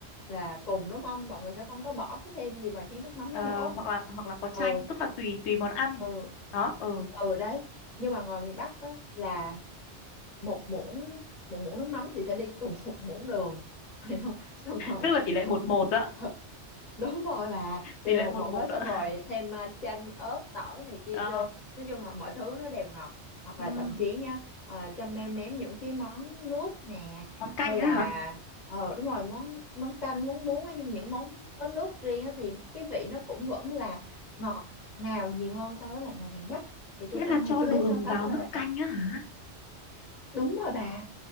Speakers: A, on the left; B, on the left.
A: là cùng đúng không? Mọi người sẽ không có bỏ cái thêm gì vào chén nước mắm
B: ờ,
A: đó nữa.
B: hoặc là hoặc là có
A: Ừ,
B: chanh tức là tùy tùy món ăn
A: ừ,
B: đó ừ
A: ừ đấy. Nhưng mà ngoài miền Bắc á là một muỗng một muỗng nước mắm thì sẽ đi cùng <laughs> một muỗng đường. Phải không? Xong rồi
B: tức là tỷ lệ một một đó
A: <laughs> đúng rồi bà đây
B: tỷ
A: là
B: lệ
A: một
B: một
A: một
B: một
A: đó
B: ạ
A: xong rồi thêm à, chanh ớt tỏi này kia
B: Ờ,
A: vô nói chung là mọi thứ nó đều ngọt hoặc
B: ừm,
A: là thậm chí nha à, trong nem ném những cái món nước nè
B: món canh
A: hay là
B: á hả
A: ờ đúng rồi món món canh món bún nói nhưng những món có nước riêng á, thì cái vị nó cũng vẫn là ngọt ngào nhiều hơn so với lại ngoài miền Bắc thì tôi
B: nghĩa là
A: ăn
B: cho
A: thì tôi
B: đường
A: thấy so sánh
B: vào
A: là
B: nước
A: vậy
B: canh á hả
A: đúng rồi bà